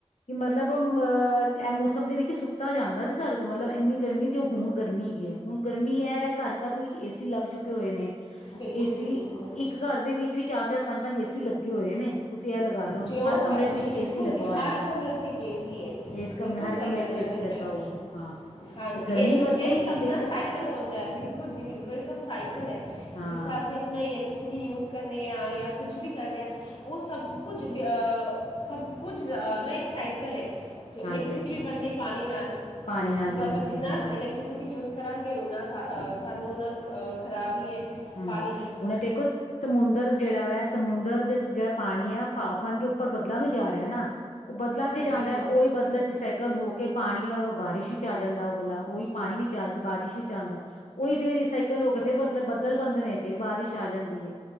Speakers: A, on the left; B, on the left.
A: ਕਿ ਮਤਲਬ ਅਹ ਇਹ ਮੌਸਮ ਦੇ ਵਿੱਚ ਸੁੱਤਾ ਜਾਂਦਾ ਸੀ ਸਾਡੇ ਕੋਲ, ਮਤਲਬ ਇੰਨੀ ਗਰਮੀ। ਤੇ ਹੁਣ ਗਰਮੀ ਹੈਗੀ ਏ, ਹੁਣ ਗਰਮੀ ਇਹ ਵ ਘਰ ਘਰ ਦੇ ਵਿੱਚ ਏ ਸੀ ਲੱਗ ਚੁੱਕੇ ਹੋਏ ਨੇ।
B: ਬਿਲਕੁਲ
A: ਏ ਸੀ,
B: ਜੀ ਬਿਲਕੁਲ
A: ਇੱਕ ਘਰ ਦੇ ਵਿੱਚ ਵੀ ਚਾਰ-ਚਾਰ, ਪੰਜ-ਪੰਜ ਏ ਸੀ ਲੱਗੇ ਹੋਏ ਨੇ। ਤੁਸੀਂ ਇਹ ਲਗਾ ਲੋ,
B: ਜੇ ਉਹ
A: ਹਰ ਕਮਰੇ
B: ਕ-
A: ਦੇ ਵਿੱਚ
B: ਜੀ ਬਿਲਕੁਲ
A: ਏ ਸੀ ਲੱਗਾ
B: ਜੀ
A: ਹੋਇਆ
B: ਹਰ
A: ਵੈ,
B: ਕਮਰੇ 'ਚ ਇੱਕ ਏਸੀ ਹੈ
A: ਇਸ।
B: ਬਿਲਕੁਲ
A: ਹਰ
B: ਸਹੀ
A: ਕਮਰੇ
B: ਗੱਲ
A: ਵਿੱਚ
B: ਕਰਦੇ
A: ਏ ਸੀ ਲੱਗਾ
B: ਪਏ ਹੋ
A: ਹੋਆ, ਹਾਂ
B: ਹਾਂਜੀ,
A: ਤੇ ਗਰਮੀ
B: ਇਹ,
A: ਵੱਧੇਗੀ
B: ਇਹ ਸਭ
A: ਦੇਖੋ
B: ਨਾ ਸਾਈਕਲ ਹੁੰਦਾ ਹੈ, ਬਿਲਕੁਲ ਜੀ, ਬਿਲਕੁਲ, ਇਹ ਸਭ ਸਾਈਕਲ ਹੈ
A: ਹਾਂ
B: ਜਿਸ ਤਰ੍ਹਾਂ ਅਸੀਂ। ਆਪਣਾ ਇਲੈਕਟ੍ਰੀਸਿਟੀ ਯੂਜ ਕਰਦੇ ਹਾਂ ਜਾਂ ਕੁਛ ਵੀ ਕਰਦੇ ਹਾਂ ਉਹ ਸਭ ਕੁਛ ਆ ਸਭ ਕੁਛ ਆ ਮ ਇੱਕ ਸਾਈਕਲ ਹੈ ਸ
A: ਹਾਂਜੀ
B: ਇਲੈਕਟ੍ਰੀਸਿਟੀ
A: ਹਾਂਜੀ
B: ਵੀ ਬਣਦੀ ਹੈ ਪਾਣੀ ਨਾਲ
A: ਪਾਣੀ ਨਾਲ
B: ਜਦੋਂ
A: ਬਣਦੀ
B: ਆਪਾਂ ਜਿੰਨਾ
A: ਹੈ ਹਾਂ
B: ਇਲੈਕ ਐਕਟ੍ਰੀਸਿਟੀ ਯੂਜ ਕਰਾਂਗੇ ਉਹਨਾਂ ਸ ਸਾਨੂੰ ਉਹਨਾਂ ਖਰਾਬ ਹੀ ਹੈ
A: ਹਾਂਜੀ
B: ਪਾਣੀ ਦੀ
A: ਹੁਣ ਦੇਖੋ ਸਮੁੰਦਰ ਜਿਹੜਾ ਵਾ ਸਮੁੰਦਰ ਦੇ ਜਿਹੜਾ ਪਾਣੀ ਹੈ ਭਾਪ ਬਨ ਕੇ ਉੱਪਰ ਬਦਲਣ ਨੂੰ ਜਾ ਰਿਹਾ ਨਾ ਉਹ ਬਦਲਾਂ ਚ
B: ਜੀ
A: ਜਾਂਦਾ
B: ਜੀ
A: ਹੈ ਉਹੀ ਬਦਲ ਚ ਸ ਕਲ ਹੋ ਕੇ ਪਾਣੀ ਬਾਰਿਸ਼ ਵਿੱਚ ਆ ਜਾਂਦਾ ਉਹ ਵਾਲਲਾ ਉਹੀ ਪਾਣੀ ਵਿੱਚ ਆ ਬਾਰਿਸ਼ ਵਿੱਚ ਆਉਂਦਾ ਉਹੀ ਫੇਿਰ ਰੀਸਾਈਕਲ ਹੋ ਕੇ ਫਿਰ ਬਦਲ ਬੱਦਲ ਬੰਦੇ ਨੇ ਫੇਰ ਬਾਰਿਸ਼ ਆ ਜਾਂਦੀ ਹੈ